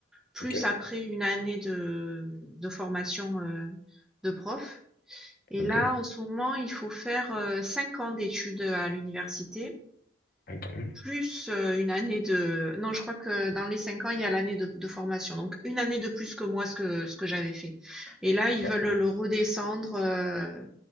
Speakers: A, in the centre; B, on the left.
A: plus
B: Ok,
A: après une année de, de formation euh, de prof. Et
B: ok.
A: là, en ce moment, il faut faire euh, cinq ans d'études à l'université.
B: Ouais, quand même.
A: Plus, heu, une année de non, je crois que dans les 5 ans, il y a l'année de de formation, donc une année de plus que moi, ce que ce que j'avais fait et là, ils
B: D'accord.
A: veulent le redescendre, heu,